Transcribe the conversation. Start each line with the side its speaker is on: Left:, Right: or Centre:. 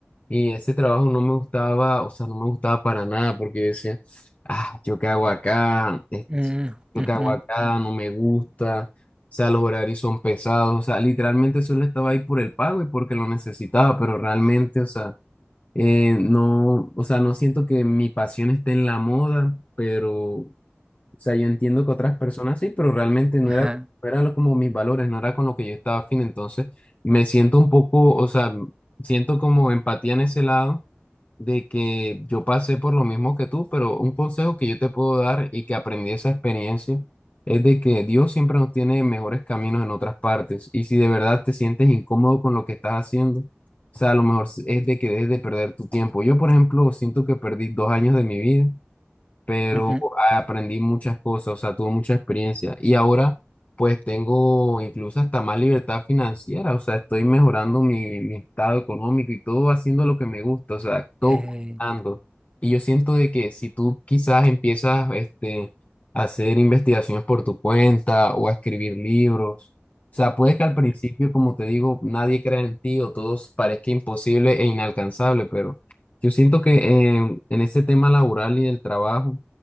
Left: Y ese trabajo no me gustaba, o sea, no me gustaba para nada porque yo decía, ah, yo qué hago acá, esto
Right: Mm, ujú,
Left: que hago acá no me gusta, o sea, los horarios son pesados, o sea, literalmente solo estaba ahí por el pago y porque lo necesitaba, pero realmente, o sea eh, no, o sea, no siento que mi pasión esté en la moda, pero, o sea, yo entiendo que otras personas sí, pero realmente no
Right: ajá,
Left: era, no era lo- como mis valores, no era con lo que yo estaba afín, entonces me siento un poco, o sea, siento como empatía en ese lado de que yo pasé por lo mismo que tú, pero un consejo que yo te puedo dar y que aprendí de esa experiencia es de que Dios siempre nos tiene mejores caminos en otras partes. Y si de verdad te sientes incómodo con lo que estás haciendo, o sea, a lo mejor es de que dejes de perder tu tiempo. Yo, por ejemplo, siento que perdí dos años de mi vida pero
Right: ujú,
Left: aprendí muchas cosas, o sea, tuve mucha experiencia y ahora pues tengo incluso hasta más libertad financiera, o sea, estoy mejorando mi, mi estado económico y todo haciendo lo que me gusta, o sea, todo
Right: eh,
Left: combinando. Y yo siento de que si tú quizás empiezas este, a hacer investigaciones por tu cuenta o a escribir libros, o sea, puede que al
Right: ujú.
Left: principio, como te digo, nadie crea en ti o todo parezca imposible e inalcanzable, pero... Yo siento que eh, en ese tema laboral y del trabajo,